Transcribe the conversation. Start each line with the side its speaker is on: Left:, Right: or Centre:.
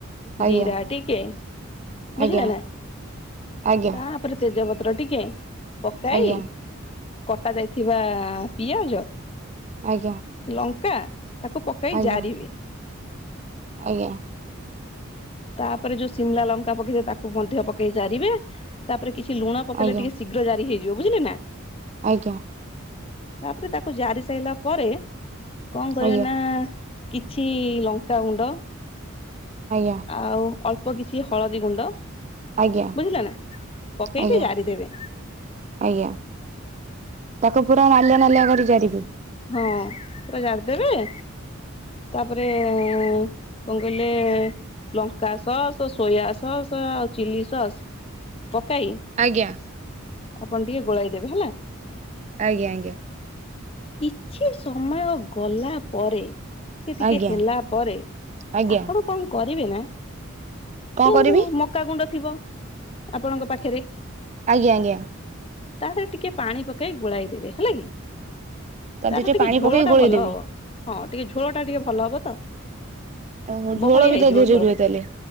Right: ଆଜ୍ଞା
Left: ଜିରା ଟିକେ ବୁଝିଲେ
Right: ଆଜ୍ଞା
Left: ନା,
Right: ଆଜ୍ଞା
Left: ତାପରେ -ତେଜପତ୍ର ଟିକେ ପକାଇ
Right: ଆଜ୍ଞା
Left: କଟା ଯାଇଥିବା ପିଆଜ
Right: ଆଜ୍ଞା।
Left: ଲଙ୍କା ତାକୁ ପକେଇ
Right: ଆଜ୍ଞା
Left: ଜାରିବେ
Right: ଆଜ୍ଞା।
Left: ତାପରେ ଯୋଉ ସିମଲା ଲଙ୍କା ପକେଇ ତାକୁ ମଧ୍ୟ ପକେଇ ଜାରିବେ ତାପରେ ତାପରେ କିଛି ଲୁଣ ପକେଇଲେ,
Right: ଆଜ୍ଞା
Left: ଟିକେ ଶୀଘ୍ର ଜାରି ହେଇଯିବ, ବୁଝିଲେ ନା
Right: ଆଜ୍ଞା ଆଜ୍ଞା
Left: ତାପରେ ତାକୁ ଜାରି ସାରିଲା ପରେ କଣ କରିବ
Right: ଆଜ୍ଞା
Left: ନା କିଛି ଲଙ୍କା ଗୁଣ୍ଡ
Right: ଆଜ୍ଞା
Left: ଆଉ ଅଳ୍ପ କିଛି ହଳଦୀ ଗୁଣ୍ଡ
Right: ଆଜ୍ଞା
Left: ବୁଝିଲ ନା, ପକେଇଟି
Right: ଆଜ୍ଞା
Left: ଜାରି ଦେବେ।
Right: ଆଜ୍ଞା ତାକୁ ପୁରା ନାଲିଆ ନାଲିଆ କରି ଜାରିଵେ।
Left: ହଁ ପୁରା ଜାଡ଼ିଦେବେ, ତାପରେ କଣ କହିଲେ ଲଙ୍କା ସଅସ୍, ସୋୟା ସଅସ୍ ଆଉ ଚିଲି ସସ୍ ପକାଇ
Right: ଆଜ୍ଞା
Left: ଆପଣ ଟିକେ ଗୋଳେଇ ଦେବେ, ହେଲା।
Right: ଆଜ୍ଞା ଆଜ୍ଞା।
Left: କିଛି ସମୟ ଗଲା ପରେ ସେ ଟିକେ
Right: ଆଜ୍ଞା
Left: ହେଲା ପରେ,
Right: ଆଜ୍ଞା
Left: ଆପଣ କଣ କରିବେ ନା
Right: କଣ
Left: ଯୋଉ
Right: କରିବି
Left: ମକା ଗୁଣ୍ଡ ଥିବ ଆପଣଙ୍କ ପାଖରେ
Right: ଆଜ୍ଞା ଆଜ୍ଞା।
Left: ତାଥରେ ଟିକେ ପାଣି ପକେଇ ଗୋଳାଇ ଦେବେ ହେଲା କି
Right: ତା
Left: ତାର
Right: ଦେହରେ
Left: ଟିକେ
Right: ପାଣି
Left: ଝୋଳ
Right: ପକେଇ
Left: ଟା
Right: ଗୋଳେଇ
Left: ଭଲ
Right: ଦେବି
Left: ହବ, ହଁ ଟିକେ ଝୋଳ ଟା ଟିକେ ଭଲ ହବ ତ।
Right: ଓହୋ ଝୋଳ
Left: ବହଳିଆ
Right: ବି
Left: ହେଇଯିବ
Right: ତା ଦେହେରେ
Left: ଝୋଳ
Right: ରୁହେ
Left: ଟା
Right: ତାହେଲେ।